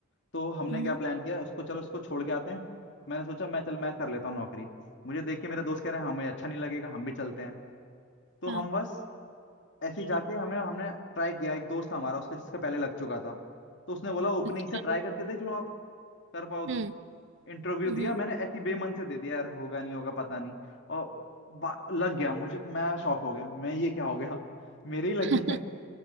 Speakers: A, on the left (about 60°); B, on the right (about 60°).
A: तो हमने
B: हम्म
A: क्या प्लान किया उसको चलो उसको छोड़ के आते हैं मैंने सोचा मैं चल मैं कर लेता हूँ नौकरी मुझे देख के मेरे दोस्त कह रहे हैं हमें अच्छा नहीं लगेगा हम भी चलते हैं तो
B: हाँ
A: हम बस ऐसे ही जाके हमें हमने ट्राई किया एक दोस्त था हमारा उसका जिसका पहले लग चुका था तो उसने बोला ओपनिंग
B: अच्छा
A: से ट्राई करके देख लो आप कर पाओ
B: हम्म
A: तो इंटरव्यू
B: हम्म
A: दिया मैंने ऐसी बेमन से दे दिया यार होगा नहीं होगा पता नहीं और बा- लग गया मुझे मैं शॉक हो गया मैं ये क्या हो गया मेरे ही लगी
B: <laughs>
A: है